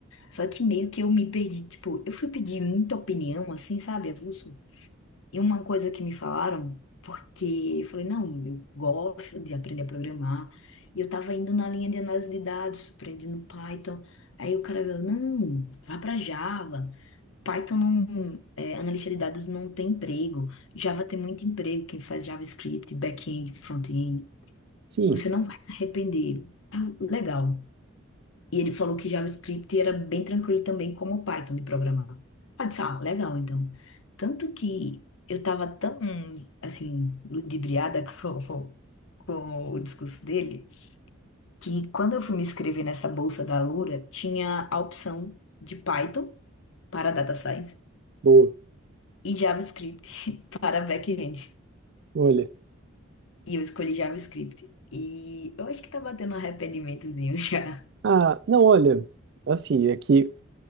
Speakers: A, on the left (about 60°); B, on the right (about 55°).
A: Só que meio que eu me perdi, tipo, eu fui pedir muita opinião, assim, sabe, avulso? E uma coisa que me falaram, porque eu falei, não, eu gosto de aprender a programar, e eu tava indo na linha de análise de dados, aprendendo Python, aí o cara veio, não, vá pra Java. Python não, é, analista de dados não tem emprego. Java tem muito emprego, quem faz JavaScript, back-end, front-end.
B: sim.
A: Você não vai se arrepender. Ah, Legal. E ele falou que JavaScript era bem tranquilo também, como o Python de programar. Ah, eu disse, ah, legal, então. Tanto que eu estava tão, assim, ludibriada <laughs> com, com com o discurso dele, que quando eu fui me inscrever nessa bolsa da Alura, tinha a opção de Python para Data Science
B: Boa.
A: e JavaScript <laughs> para back-end.
B: Olha.
A: E eu escolhi JavaScript. E eu acho que tá batendo um arrependimentozinho <laughs> já.
B: Ah, não, olha, assim, é que